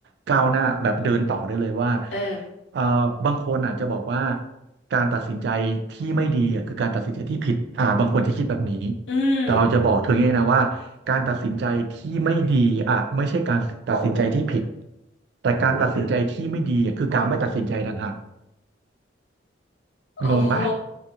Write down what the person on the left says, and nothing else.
เออ
อืม
โอ้โห